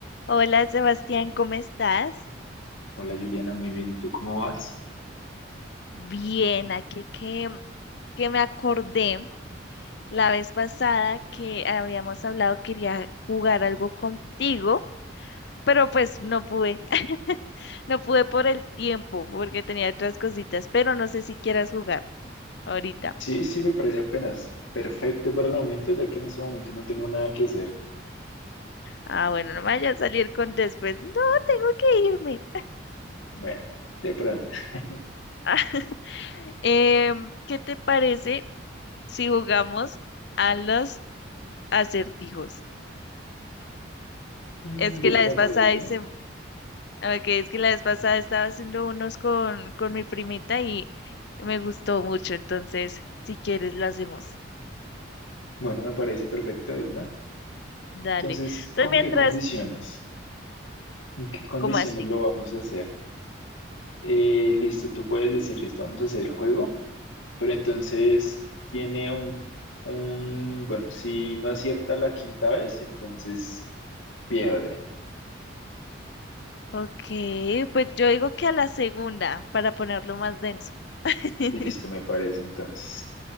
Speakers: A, on the left; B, on the left.
A: Hola Sebastián, ¿cómo estás?
B: Hola Juliana, muy bien. ¿Y tú cómo vas?
A: Bien, aquí que, que me acordé la vez pasada que habíamos hablado, quería jugar algo contigo, pero pues no pude, <laughs> no pude por el tiempo porque tenía otras cositas, pero no sé si quieras jugar ahorita.
B: Sí, sí, me parece apenas perfecto para el momento, ya que en ese momento no tengo nada que hacer.
A: Ah, bueno, no me vaya a salir con después. No, tengo que irme.
B: Bueno, de pronto. <laughs>
A: <laughs> Em, ¿qué te parece si jugamos a los acertijos.
B: Mm,
A: Es que
B: bueno,
A: la
B: me
A: vez pasada
B: parece.
A: hice, a ver, que es que la vez pasada estaba haciendo unos con, con mi primita y me gustó mucho. Entonces, si quieres, lo hacemos.
B: Bueno, me parece perfecto de una.
A: Dale.
B: Entonces,
A: Entonces,
B: ¿con
A: mientras,
B: qué condiciones? ¿Con qué condiciones
A: ¿cómo así?
B: lo vamos a hacer? Eh, listo, tú puedes decir, listo, vamos a hacer el juego, pero entonces tiene un, un, bueno, si no acierta la quinta vez, entonces pierde.
A: Ok, pues yo digo que a la segunda, para ponerlo más denso. <laughs>
B: Listo, me parece entonces.